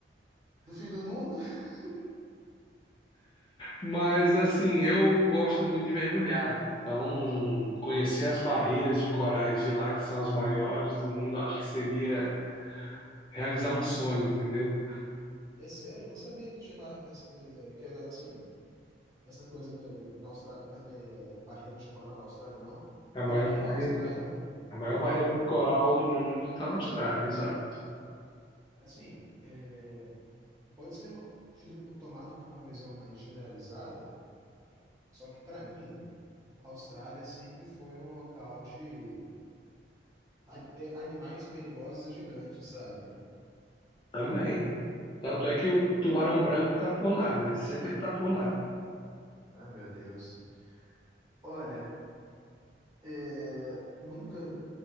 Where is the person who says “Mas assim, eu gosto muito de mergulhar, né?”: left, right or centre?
Left